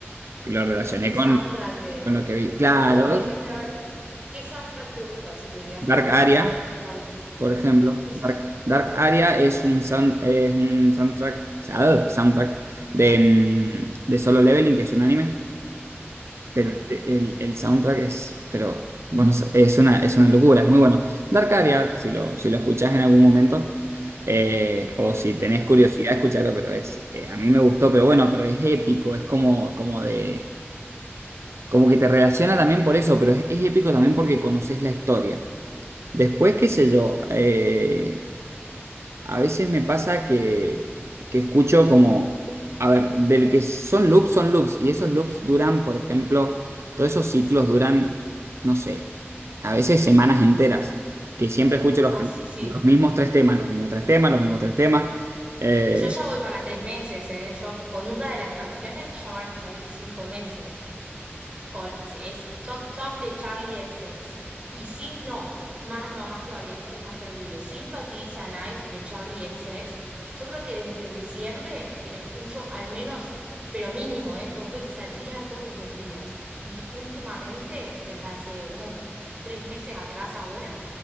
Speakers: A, on the right; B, on the right.
A: lo relacioné
B: el
A: con,
B: soundtrack de,
A: con lo que vi. Claro,
B: como por ejemplo, a ver, ¿qué soundtrack te gusta? Así que digas,
A: Dark
B: tipo, este
A: Aria,
B: soundtrack está bueno.
A: por ejemplo.
B: ¿Qué es
A: Dark,
B: eso?
A: Dark Aria es un, sound- es un soundtrack, ah, soundtrack de, mm,
B: <laughs>
A: de Solo Leveling, que es un anime. Pero
B: Ah,
A: el,
B: ni idea.
A: el- el soundtrack es, pero, bueno, es una, es una locura, es muy bueno. Dark Aria, si lo, si lo escuchás en algún momento, eh, o si tenés
B: Ok.
A: curiosidad, escucharlo, pero es, eh, a mí me gustó, pero bueno, pero es épico, es como, como de... Como que te relaciona también por eso, pero es, es épico también porque conoces la historia. Después, qué sé yo, eh, a veces me pasa que, que escucho como, a ver, del que son loops, son loops, y esos loops duran, por ejemplo, todos esos ciclos duran, no sé, a veces semanas enteras, que siempre escucho los,
B: Ah,
A: pri-
B: sí, sí.
A: los mismos tres temas, los mismos tres temas, los mismos tres temas. eh,
B: Yo ya voy para tres meses, ¿eh? Yo co- con una de las canciones ya vamos a ir cinco meses. con, es, es Talk Talk de Charlie XX. Y Sim, no, más, no, más todavía, este es más terrible. sympathy is a Knife de Charlie XX. Yo creo que desde diciembre que la escucho al menos, pero mínimo, ¿eh? dos veces al día, todos los días. Y últimamente, desde hace unos tres meses atrás ahora,